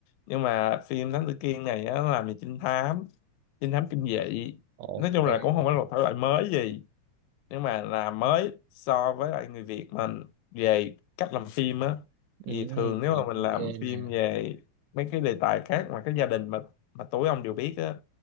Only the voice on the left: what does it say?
nhưng mà phim Thám Tử Kiên này á, nó làm về trinh thám trinh thám kinh dị
nói chung là cũng không phải là một thể loại mới gì nhưng mà làm mới so với lại người Việt mình về cách làm phim á
thì thường
nếu
mà mình làm phim
về mấy cái đề tài khác mà cái gia đình mà mà tối ông đều biết á